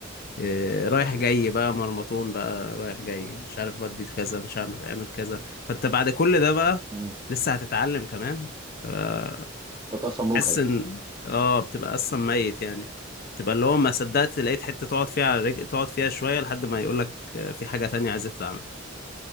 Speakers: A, on the left (about 50°); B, on the right (about 20°).
A: إيه،
B: يا
A: رايح
B: لهوي
A: جاي بقى مرمطون بقى رايح جاي مش عارف بدي كذا مش هعمل اعمل كذا فانت بعد كل ده بقى
B: امم
A: لسه هتتعلم كمان آه،
B: انت اصلا مجهد
A: حس ان اه بتبقى اصلا ميت يعني تبقى اللي هو ما صدقت لقيت حتة تقعد فيها على رجل تقعد فيها شوية لحد ما يقولك آه، في حاجة تانية عايز تتعمل